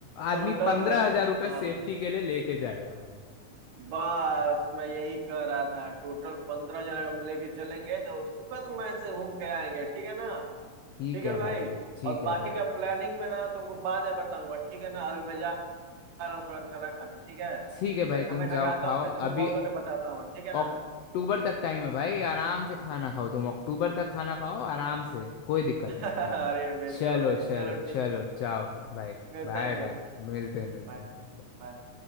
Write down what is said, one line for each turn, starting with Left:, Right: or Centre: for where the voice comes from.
Right: टोटल
Left: आदमी पंद्रह
Right: भाई
Left: हजार रुपये
Right: हाँ
Left: सेफ्टी के लिए लेके जाएगा भाई
Right: बस मैं यही कह रहा था टोटल पंद्रह जन हम लेके चलेंगे तो सुखद मय से घूम के आएंगे ठीक है ना
Left: ठीक
Right: ठीक
Left: है
Right: है
Left: भाई
Right: भाई
Left: ठीक
Right: और बाकी
Left: है भाई
Right: का प्लानिंग में ना तुमको बाद में बताऊंगा ठीक है ना अभी मैं जा रहा हूँ थोड़ा खाना खाने ठीक है
Left: ठीक है भाई
Right: मैं खाना
Left: तुम
Right: खा
Left: जाओ
Right: के आता
Left: खाओ
Right: हूँ फिर तुमको
Left: अभी
Right: कॉल करके बताता हूँ ठीक है ना
Left: अक्टूबर तक टाइम है भाई आराम से खाना खाओ तुम अक्टूबर तक खाना खाओ आराम से कोई दिक्कत
Right: <laughs>
Left: नहीं
Right: अरे
Left: है भाई
Right: बिल्कुल
Left: चलो
Right: भाई
Left: चलो
Right: चलो
Left: चलो
Right: ठीक है ओके
Left: जाओ भाई
Right: मिलते
Left: Bye
Right: हैं फिर
Left: bye मिलते हैं मिलते
Right: Bye
Left: हैं
Right: bye